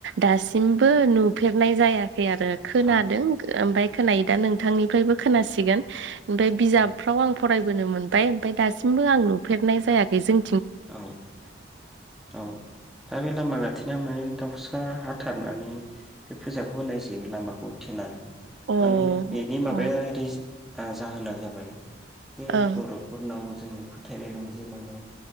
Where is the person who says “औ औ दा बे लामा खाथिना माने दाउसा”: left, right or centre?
Centre